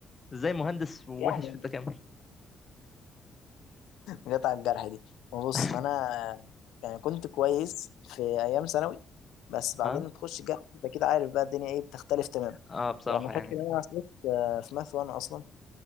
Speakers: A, on the left; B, on the left.
A: ازاي مهندس ووحش
B: يعني
A: في التكامل
B: جت على الجرح دي ما بص
A: <laughs>
B: ما أنا يعني كنت كويس في أيام ثانوي بس بعدين
A: ها
B: تخش الجامعة أنت كده عارف بقى الدنيا إيه بتختلف تماما
A: اه بصراحة
B: يعني
A: يعني
B: فاكر إن أنا عصيت آه، في ماث 1 أصلا